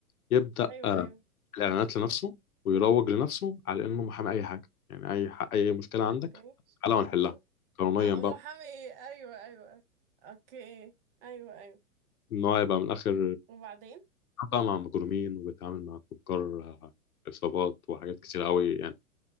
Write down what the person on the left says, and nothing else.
يبدأ
آه،
الإعلانات لنفسه ويروج لنفسه على إنه محامي أي حاجة يعني أي ح... أي مشكلة عندك
تعالى ونحلها
قانونيا
بقى
إن هو يبقى من الآخر
بقى مع مجرمين وبيتعامل مع تجار آه، عصابات وحاجات كتير قوي يعني